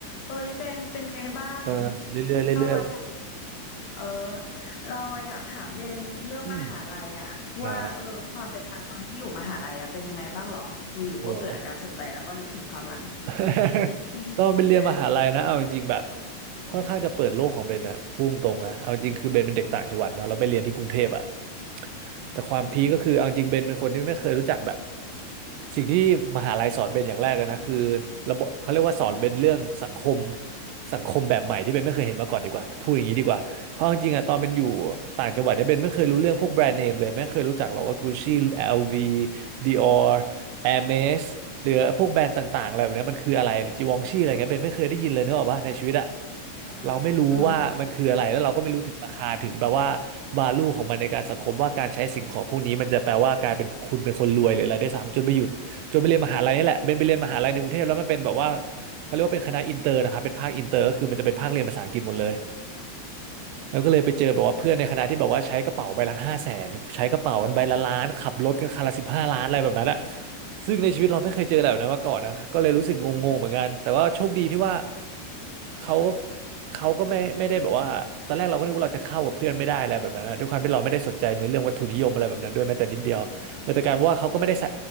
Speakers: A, on the left; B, on the right.
A: เอ้ยเบนเป็นไงบ้าง
B: เออเรื่อยๆเรื่อย
A: เราอะอยากเออเราอะอยากถามเบนเรื่องมหาลัยอะว่าเออความเป็นมาตอนที่อยู่มหาลัยอะเป็นยังไงบ้างหรออยู่ๆก็เกิดอาการสนใจแล้วก็นึกถึงความหลัง
B: ๆอืมอ่าโอ้โห <laughs>
A: <laughs>
B: ต้องเป็นเรียนมหาลัยนะ เอาจริงๆแบบ ค่อนข้างจะเปิดโลกของเบนอะพูงตรงๆนะ เอาจริงคือเบนเป็นเด็กต่างจังหวัดเนาะแล้วไปเรียนที่กรุงเทพอะ แต่ความพีคก็คือเอาจริงเบนเป็นคนที่ไม่เคยรู้จักแบบ
A: อืม
B: สิ่งที่มหาลัยสอนเบนอย่างแรกเลยนะคือระบบเขาเรียกว่าสอนเบนเรื่องสังคมสังคมแบบใหม่ที่เบนไม่เคยเห็นมาก่อนดีกว่าพูดอย่างนี้ดีกว่าเพราะเอาจริงๆอะตอนเป็นอยู่ต่างจังหวัดเนี่ยเบนไม่เคยรู้เรื่องพวกแบรนด์เนมเลยไม่เคยรู้จักหรอกว่า Gucci LV Dior Hermes หรือพวกแบรนด์ต่างๆอะไรแบบเนี้ยมันคืออะไรจีวองชี่อะไรเงี้ยเบนไม่เคยได้ยินเลยเนกอะวะในชีวิตอะ
A: เออเออ
B: เราไม่รู้ว่ามันคืออะไรแล้วเราก็ไม่รู้ถึงราคาถึงแบบว่า value ของมันในการสังคมว่าการใช้สิ่งของพวกนี้มันจะแปลว่ากลายเป็นคุณเป็นคนรวยหรืออะไรได้วยซ้ำจนไปหยุดจนไปเรียนมหาลัยนี่แหละเป็นไปเรียนมหาลัยในกรุงเทพแล้วมันเป็นแบบว่าเขาเรียกว่าเป็นคณะอินเตอร์นะครับเป็นภาคอินเตอร์ก็คือมันจะเป็นภาคเรียนภาษาอังกฤษหมดเลย แล้วก็เลยไปเจอแบบว่าเพื่อนในคณะที่แบบว่าใช้กระเป๋าใบละห้าแสนใช้กระเป๋ากันใบละล้านขับรถกันคันละสิบห้าล้านอะไรแบบนั้นอะซึ่งในชีวิตเราไม่เคยเจออะไรแบบนั้นมาก่อนนะก็เลยรู้สึกงงๆเหมือนกันแต่ว่าโชคดีที่ว่าเขาเขาก็ไม่ไม่ได้แบบว่าตอนแรกเราก็นึกว่าเราจะเข้ากับเพื่อนไม่ได้อะไรแบบนั้นนะด้วยความที่เราไม่ได้สนใจในเรื่องวัตถุนิยมอะไรแบบนั้นด้วยแม้แต่นิดเดียวเออแต่กลารว่าเขาก็ไม่ได้ใส่